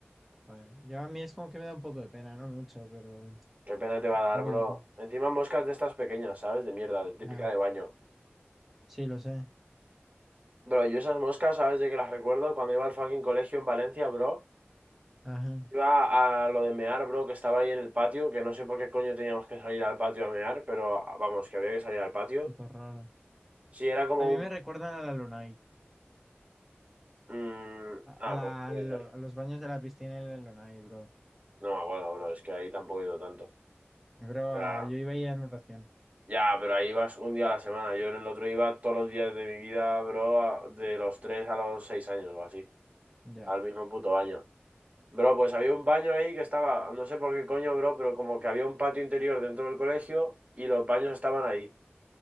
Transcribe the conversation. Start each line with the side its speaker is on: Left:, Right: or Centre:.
Centre: Bueno, yo a mí es como que me da un poco de pena, no mucho, pero
Right: Qué pena te va a dar,
Centre: un poquitín.
Right: bro. Encima moscas de estas pequeñas, ¿sabes? De mierda, de típica
Centre: Ya,
Right: de baño.
Centre: sí, lo sé.
Right: Bro, yo esas moscas, ¿sabes de que las recuerdo? Cuando iba al fucking colegio en Valencia, bro.
Centre: Ajá,
Right: Iba a lo de mear, bro, que estaba ahí en el patio, que no sé por qué coño teníamos que salir al patio a mear, pero vamos, que había que salir al patio.
Centre: puto raro.
Right: Sí, era como
Centre: A mí
Right: un...
Centre: me recuerdan a la Lunai,
Right: mm,
Centre: a,
Right: ah,
Centre: a la-
Right: pues puede
Centre: a lo-
Right: ser.
Centre: a los baños de la piscina en la Lunai, bro.
Right: No me acuerdo, bro, es que ahí tampoco he ido tanto.
Centre: Bro,
Right: Pero,
Centre: ah, yo iba a ir a natación.
Right: ya, pero ahí vas un día a la semana. Yo en el otro iba todos los días de mi vida, bro, a- de los 3 a los 6 años o así,
Centre: Ya.
Right: al mismo puto baño. Bro, pues había un baño ahí que estaba, no sé por qué coño, bro, pero como que había un patio interior dentro del colegio y los baños estaban ahí.